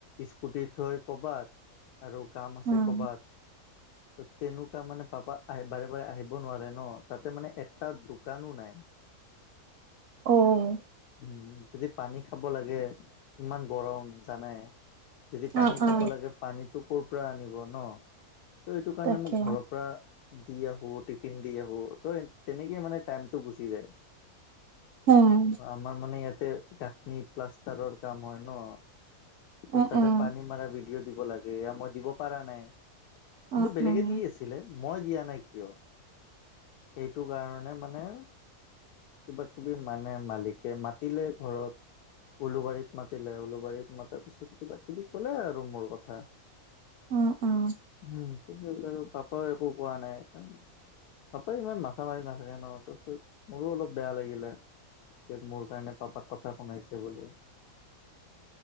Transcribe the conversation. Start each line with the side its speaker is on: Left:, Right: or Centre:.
Left: স্কুটি থৈ ক'বাত আৰু কাম আছে
Right: উম
Left: ক'বাত। ত'তেনেকুৱা মানে পাপা আহে বাৰে বাৰে আহিব নোৱাৰে ন' তাতে মানে এটা দোকানো নাই। <inaudible>
Right: অ',
Left: উম, যদি পানী খাব লাগে ইমান গৰম জানাই। যদি পানী
Right: অ
Left: খাব
Right: অ
Left: লাগে পানীটো ক'ৰ পৰা আনিব ন' ত'এইটো কাৰণে
Right: তাকে
Left: মোক ঘৰৰ পৰা দি আহো টিফিন দি আহো ত' তেনেকে মানে টাইমটো গুচি যায়।
Right: উম,
Left: আমাৰ মানে ইয়াতে ফেকনি প্লাষ্টাৰৰ কাম হয় ন' ত'
Right: উম
Left: তাতে
Right: উম
Left: পানী মাৰ ভিডিঅ' দিব লাগে এয়া মই দিব পাৰা নাই কিন্তু
Right: উম
Left: বেলেগে
Right: উম
Left: দি আছে। দিলে মই দিয়া নাই কিয় এইটো কাৰণে মানে কিবা- কিবি মানে মালিকে মাতিলে ঘৰত উলুবাৰীত মাতিলে উলুবাৰীত মাতাৰ পিছত কিবা -কিবি ক'লে আৰু মোৰ কথা।
Right: অ', অ',
Left: হ, তাৰপিছত আৰু পাপাও একো কোৱা নাই কাৰণ পাপাই ইমান মাথা মাৰি নাথাকে ন'তাৰপিছত মোৰো অলপ বেয়া লাগিলে যে মোৰ কাৰণে পাপাক কথা শুনাইছে বুলি।